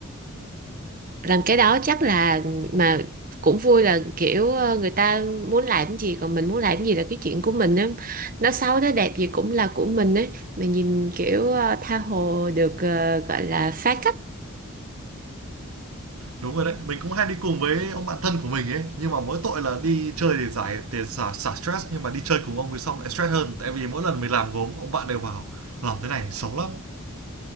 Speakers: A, on the right; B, on the right.
A: Làm cái đó chắc là mà cũng vui là kiểu ờ, người ta muốn làm cái gì còn mình muốn làm cái gì là cái chuyện của mình á. Nó xấu nó đẹp gì cũng là của mình ấy. Mà nhìn kiểu ờ, tha hồ được ờ, gọi là phá cách
B: Đúng rồi đấy, mình cũng hay đi cùng với ông bạn thân của mình ấy, nhưng mà mỗi tội là đi chơi để giải để xả xả stress nhưng mà đi chơi cùng ông thì xong lại stress hơn, tại vì mỗi lần mình làm gốm ông bạn đều bảo làm thế này xấu lắm.